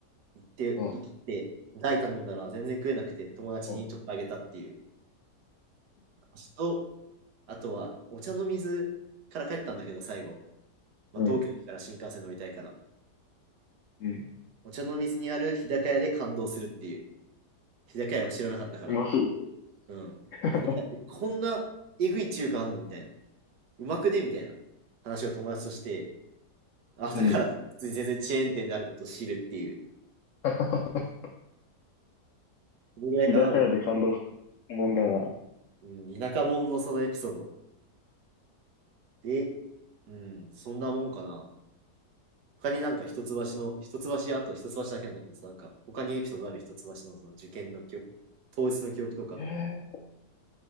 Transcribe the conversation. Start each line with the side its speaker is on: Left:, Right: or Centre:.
Right: 行って、
Left: うん、
Right: 行って、大頼んだら全然食えなくて、友達にちょっとあげたっていう
Left: う
Right: 話と、あとは、お茶の水から帰ったんだけど、最後。まあ、
Left: ん、
Right: 東京駅から新幹線乗りたいから。
Left: うん。
Right: お茶の水にある日高屋で感動するっていう。日高屋を知らなかったから。
Left: うますぎて。
Right: うん。
Left: <laughs>
Right: 日高屋ってこんなえぐい中華あんのみたいな。うまくねみたいな話を友達として、あ、だから、
Left: うん。
Right: 普通に全然チェーン店であることを知るっていう。
Left: <laughs>
Right: それぐらいかな。
Left: 日高屋で感動するもんだな。
Right: うん、田舎者のそのエピソード。で、うん、そんなもんかな。他になんか一橋の、一橋あと一橋だけなんだけどさ、なんか他にエピソードある一橋のその受験の記憶、当日の記憶とか。
Left: えー、